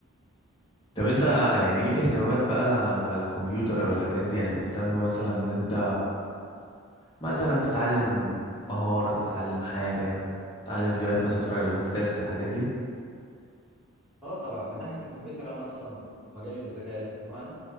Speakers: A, on the left; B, in the centre.
A: طب انت يعني ليك اهتمامات بقى على الكمبيوتر او الحاجات دي يعني مهتم مثلا ان انت مثلا تتعلم مهاره تتعلم حاجه تتعلم فيديوهات مثلا تتفرج على بودكاست الحاجات دي
B: أه طبعا من ناحية الكمبيوتر أنا أصلا مجالي في الذكاء الاصطناعي